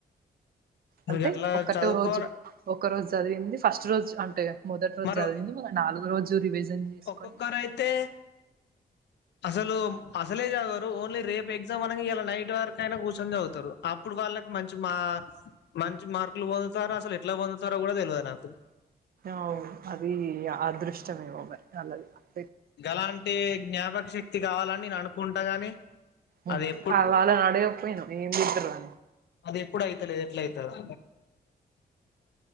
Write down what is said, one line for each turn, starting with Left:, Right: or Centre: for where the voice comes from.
Left: నువ్వు
Right: అంటే
Left: అట్లా
Right: ఒక్కటో
Left: చదువుకో
Right: రోజు ఒక రోజు చదివింది ఫస్ట్ రోజు అంటే మొదటి రోజు
Left: మరి
Right: చదివింది మల్ల నాలుగు రోజు రివిజన్ చేసుకొని
Left: ఒక్కొక్కరైతే అసలు అసలే చదవారు ఓన్లీ రేపు ఎగ్జామ్ అన ఇలా నైట్ వరకు అయినా కూర్చొని చదువుతారు అప్పుడు వాళ్ళకి మంచి మా మంచి మార్కులు పొందుతార అసలు ఎట్లా పొందుతారో కూడా తెవాదు నాకు
Right: అవు అది అదృష్టమే మరి అలది ఇగ
Left: గలాంటి జ్ఞాపక శక్తి కావాలని నేను అనుకుంటా గాని
Right: ఉమ్
Left: అది ఎప్పుడు
Right: వాళ్ళని నడకపోయినవా ఎమ్ చెత్తారు అని
Left: అది ఎప్పుడు అయితలేదు ఎట్లా అయితదొ